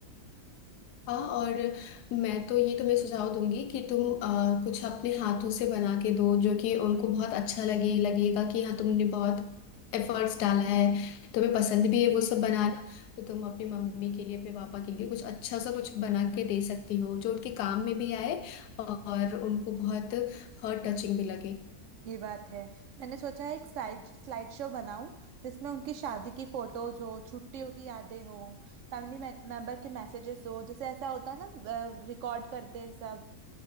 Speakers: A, on the left; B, on the right.
A: हाँ और मैं तो ये तुम्हें सुझाव दूंगी कि तुम अ, कुछ अपने हाथों से बना के दो जो कि उनको बहुत अच्छा लगे लगेगा कि हाँ तुमने बहुत एफर्ट्स डाला है तुम्हें पसंद भी है वो सब बनाना तो तुम अपनी मम्मी के लिए अपने पापा के लिए कुछ अच्छा सा कुछ बना के दे सकती हो जो उनके काम में भी आए और उनको बहुत हर्ट टचिंग भी लगे
B: ये बात है मैंने सोचा है एक स्लाइड स्लाइड शो बनाऊं जिसमें उनकी शादी की फोटोज हो छुट्टियों की यादें हो फैमिली मेंबर के मैसेजेस हो जैसे ऐसा होता है ना रिकॉर्ड करते हैं सब